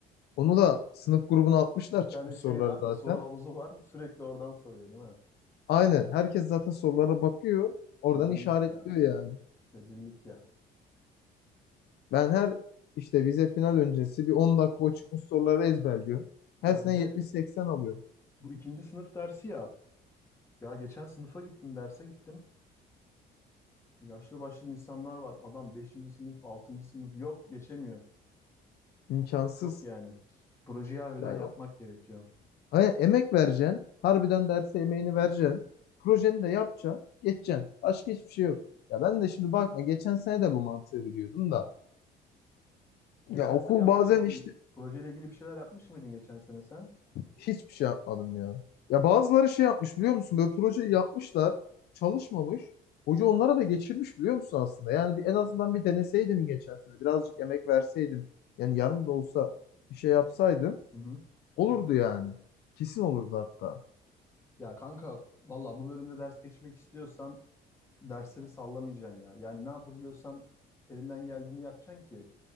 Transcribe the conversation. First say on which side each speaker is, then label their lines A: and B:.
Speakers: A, on the left (about 70°); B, on the left (about 15°).
A: Onu da sınıf grubuna atmışlar
B: bir
A: çıkmış
B: tane şey
A: soruları
B: var,
A: zaten.
B: soru havuzu var. Sürekli oradan soruyor değil mi?
A: Aynen. Herkes zaten sorulara bakıyor. Oradan
B: Rezillik
A: işaretliyor
B: ya.
A: yani.
B: Rezillik ya.
A: Ben her işte vize final öncesi bir 10 dakika o çıkmış soruları ezberliyorum. Her
B: Ya
A: sene
B: bir de
A: 70-80 alıyorum.
B: bu ikinci sınıf dersi ya. Ya geçen sınıfa gittim, derse gittim. Yaşlı başlı insanlar var. Adam beşinci sınıf, altıncı sınıf. Yok geçemiyor.
A: İmkansız.
B: Yok yani. Projeyi harbiden
A: Yani
B: yapmak gerekiyor.
A: Aynen, emek vereceksin. Harbiden derse emeğini vereceksin. Projeni de yapacaksın. Geçeceksin. Başka hiçbir şey yok. Ya ben de şimdi bakma geçen sene de bu mantığı biliyordum da. Ya
B: Geçen
A: okul
B: sene yapmış
A: bazen
B: mıydın?
A: işte
B: Projeyle ilgili bir şeyler yapmış mıydın geçen sene sen?
A: hiçbir şey yapmadım ya. Ya bazıları şey yapmış biliyor musun? Böyle projeyi yapmışlar. Çalışmamış. Hoca onlara da geçirmiş biliyor musun aslında? Yani bir, en azından bir deneseydim geçen sene. Birazcık emek verseydim. Yani yarım da olsa bir şey yapsaydım.
B: Hı hı.
A: Olurdu yani. Kesin olurdu hatta.
B: Ya kanka valla bu bölümde ders geçmek istiyorsan dersleri sallamayacaksın ya. Yani ne yapabiliyorsan elinden geldiğini yapacaksın ki